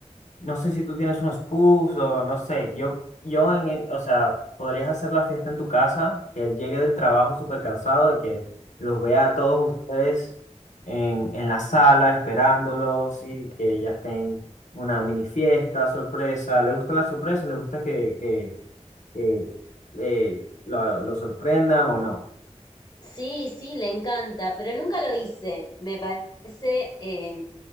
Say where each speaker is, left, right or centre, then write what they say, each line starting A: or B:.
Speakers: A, on the left; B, on the left.
A: No sé si tú tienes unos puffs o no sé. Yo, yo en, e- o sea, podrías hacer la fiesta en tu casa, que él llegue del trabajo súper cansado y que los vea a todos ustedes en, en la sala esperándolos y que ya estén una mini fiesta, sorpresa. ¿Le gustan las sorpresas? ¿Le gusta que, que, que eh, lo, lo sorprendan o no?
B: Sí, sí, le encanta, pero nunca lo hice. Me parece eh,